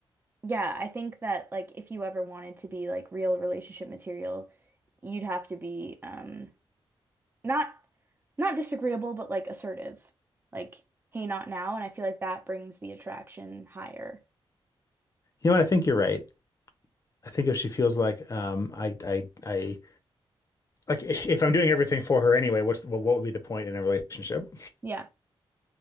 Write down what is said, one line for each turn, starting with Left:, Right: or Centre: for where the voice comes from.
Right: yeah, I think that like if you ever wanted to be like real relationship material, you'd have to be um not not disagreeable, but like assertive. Like, hey, not now. And I feel like that brings the attraction higher.
Left: know what? I think you're right. I think if she feels like um, I, I, I, like <laughs> if I'm doing everything for her anyway, what's what would be the point in a relationship?
Right: Yeah.